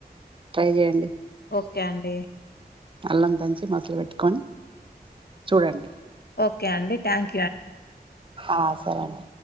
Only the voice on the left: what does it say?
ఓకే అండి
ఓఒకే అండి థ్యాక్స్